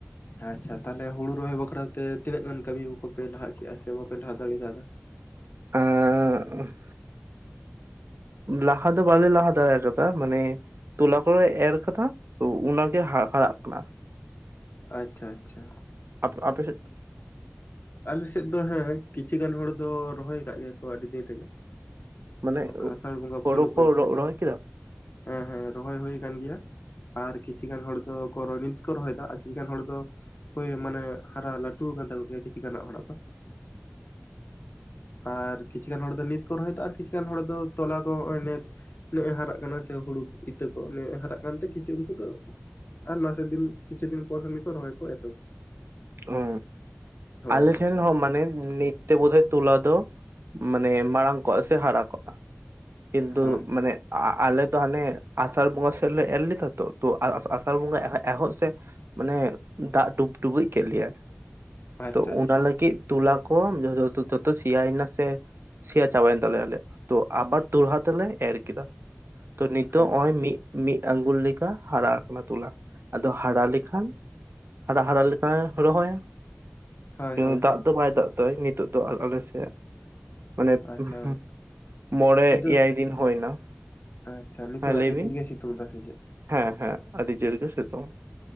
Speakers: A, on the left; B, on the right.
A: ᱟᱪᱪᱷᱟ ᱛᱟᱦᱞᱮ ᱦᱩᱲᱩ ᱨᱚᱦᱚᱭ ᱵᱟᱠᱷᱨᱟ ᱛᱮ ᱛᱤᱱᱟᱹᱜ ᱜᱟᱱ ᱠᱟᱹᱢᱤ ᱠᱚᱯᱮ ᱞᱟᱦᱟ ᱠᱮᱜ ᱟ ᱥᱮ ᱵᱟᱯᱮ ᱞᱟᱦᱟ ᱫᱟᱲᱤ ᱠᱟᱣᱫᱟ
B: ᱟᱸᱻ ᱞᱟᱦᱟ ᱫᱚ ᱵᱟᱞᱮ ᱞᱟᱦᱟ ᱫᱟᱲᱮ ᱠᱟᱫᱟ ᱢᱟᱱᱮ ᱛᱩᱞᱟ ᱠᱚᱞᱮ ᱮᱨ ᱠᱟᱫᱟ ᱛᱚ ᱚᱱᱟᱜᱮ ᱦᱟ ᱦᱟᱨᱟᱜ ᱠᱟᱱᱟ᱾
A: ᱟᱪᱪᱷᱟ ᱟᱪᱪᱷᱟ
B: ᱟᱯ ᱟᱯᱮ ᱥᱮᱫ?
A: ᱟᱞᱮ ᱥᱮᱫ ᱫᱚ ᱦᱮᱸ ᱠᱤᱪᱷᱩ ᱜᱟᱱ ᱦᱚᱲ ᱫᱚ ᱨᱚᱦᱚᱭ ᱟᱠᱟᱫ ᱜᱮᱭᱟ ᱠᱚ ᱟᱹᱰᱤ ᱫᱤᱱ ᱨᱮᱜᱮ
B: ᱢᱟᱱᱮ
A: ᱚᱱᱠᱟ ᱟᱥᱟᱲ ᱵᱚᱸᱜᱟ
B: ᱦᱳᱲᱳ
A: ᱯᱳᱭᱞᱳ ᱯᱳᱭᱞᱳ
B: ᱠᱚ ᱨᱚ
A: ᱥᱮᱫ ᱜᱮ
B: ᱨᱚᱦᱚᱭ ᱠᱮᱫᱟ
A: ᱦᱮᱸ ᱦᱮᱸ ᱨᱚᱦᱚᱭ ᱦᱩᱭ ᱠᱟᱱ ᱜᱮᱭᱟ ᱟᱨ ᱠᱤᱪᱷᱤ ᱜᱟᱱ ᱦᱚᱲ ᱫᱚ ᱠᱚ ᱨᱚ ᱱᱤᱛ ᱠᱚ ᱨᱚᱦᱚᱭ ᱫᱟ ᱟᱨ ᱠᱤᱪᱷᱩ ᱜᱟᱱ ᱦᱚᱲ ᱫᱚ ᱦᱳᱭ ᱢᱟᱱᱮ ᱦᱟᱨᱟ ᱞᱟᱹᱴᱩᱣ ᱠᱟᱱ ᱛᱟᱠᱚ ᱜᱮᱭᱟ ᱠᱤᱪᱷᱩ ᱜᱟᱱᱟᱜ ᱦᱚᱲᱟᱜ ᱫᱚ ᱟᱨ ᱠᱤᱪᱷᱤ ᱜᱟᱱ ᱦᱚᱲ ᱫᱚ ᱱᱤᱛ ᱠᱚ ᱨᱚᱦᱚᱭ ᱫᱟ ᱟᱨ ᱠᱤᱪᱷᱤ ᱜᱟᱱ ᱦᱚᱲ ᱫᱚ ᱛᱚᱞᱟ ᱠᱚ ᱱᱚᱜ-ᱚᱭ ᱱᱮᱛ ᱱᱮᱜ-ᱮ ᱦᱟᱨᱟᱜ ᱠᱟᱱᱟ ᱥᱮ ᱦᱩᱲᱩ ᱤᱛᱟᱹ ᱠᱚ ᱱᱮᱜ ᱮ ᱦᱟᱨᱟᱜ ᱠᱟᱱᱛᱮ ᱠᱤᱪᱷᱩ ᱩᱱᱠᱩ ᱫᱚ ᱟᱨ ᱱᱟᱥᱮ ᱫᱤᱱ ᱠᱤᱪᱷᱩ ᱫᱤᱱ ᱯᱚᱨ ᱠᱷᱟᱱ ᱜᱮᱠᱚ ᱨᱚᱦᱚᱭ ᱠᱚ ᱮᱛᱚ
B: ᱳ
A: ᱦᱳᱭ
B: ᱟᱞᱮ
A: ᱦᱳᱭ
B: ᱴᱷᱮᱱ ᱦᱚᱸ ᱢᱟᱱᱮ ᱱᱤᱛ ᱛᱮ ᱵᱳᱫᱷᱚᱭ ᱛᱚᱞᱟ ᱫᱚ ᱢᱟᱱᱮ ᱢᱟᱲᱟᱝ ᱠᱚᱜ-ᱟ ᱥᱮ ᱦᱟᱨᱟ ᱠᱚᱜ-ᱟ, ᱠᱤᱱᱛᱩ
A: ᱦᱳᱭ
B: ᱢᱟᱱᱮ ᱟᱞᱮ ᱫᱚ ᱦᱟᱱᱮ ᱟᱥᱟᱲ ᱵᱚᱸᱜᱟ ᱥᱮᱫ ᱞᱮ ᱮᱨ ᱞᱮᱫᱟ ᱛᱚ ᱛᱚ ᱟᱥᱟᱲ ᱵᱚᱸᱜᱟ ᱮᱦᱚᱵ ᱥᱮᱫ ᱢᱟᱱᱮ ᱫᱟᱜ ᱰᱩᱵ ᱰᱩᱵᱩᱡ ᱠᱮᱫ ᱞᱮᱭᱟᱭ᱾
A: ᱟᱪᱪᱷᱟ
B: ᱛᱚ
A: ᱟᱪᱪᱷᱟ
B: ᱚᱱᱟ ᱞᱟᱹᱜᱤᱫ ᱛᱚᱞᱟ ᱠᱚ ᱡ ᱡ ᱡ ᱡᱚᱛᱚ ᱥᱮᱭᱟ ᱭᱮᱱᱟ ᱥᱮ ᱥᱮᱭᱟ ᱪᱟᱵᱟᱭᱮᱱ ᱛᱟᱞᱮᱭᱟ ᱟᱞᱮᱭᱟᱜ ᱛᱚ ᱟᱵᱟᱨ ᱫᱲᱦᱟ ᱛᱮᱞᱮ ᱮᱨ ᱠᱮᱫᱟ᱾ ᱛᱚ ᱱᱤᱛᱚᱜ
A: ᱟᱪᱪᱷᱟ
B: ᱚᱭ ᱢᱤᱫ ᱢᱤᱫ ᱟᱸᱜᱩᱞ ᱞᱮᱠᱟ ᱦᱟᱨᱟ ᱟᱠᱟᱱᱟ ᱛᱚᱞᱟ ᱟᱫᱚ ᱦᱟᱨᱟ ᱞᱮᱠᱷᱟᱱ ᱟᱫᱚ ᱦᱟᱨᱟ ᱞᱮᱠᱦᱟᱭ ᱨᱚᱦᱚᱭᱟ
A: ᱦᱳᱭ
B: ᱚᱸ
A: ᱦᱳᱭ
B: ᱫᱟᱜ
A: ᱦᱳᱭ
B: ᱫᱚ ᱵᱟᱭ ᱫᱟᱜ ᱫᱟᱭ ᱱᱤᱛᱚᱜ ᱫᱚ ᱟᱞ ᱟᱞᱮ ᱥᱮᱫ ᱢᱟᱱᱮ
A: ᱟᱪᱪᱷᱟ
B: ᱦᱸ ᱢᱚᱬᱮ
A: ᱱᱤᱛᱚᱜ
B: ᱮᱭᱟᱭ ᱫᱤᱱ ᱦᱳᱭ ᱱᱟ
A: ᱟᱪᱪᱷᱟ ᱱᱤᱛᱚᱜ
B: ᱦᱮᱸ ᱞᱟᱹᱭ
A: ᱟᱹᱰᱤ
B: ᱵᱤᱱ
A: ᱡᱳᱨ ᱜᱮ ᱥᱤᱛᱩᱝ ᱮᱫᱟ ᱥᱮ ᱪᱮᱫ
B: ᱦᱮᱸ ᱦᱮᱸ ᱟᱹᱰᱤ ᱡᱟᱹᱞ ᱜᱮ ᱥᱮᱛᱳᱝ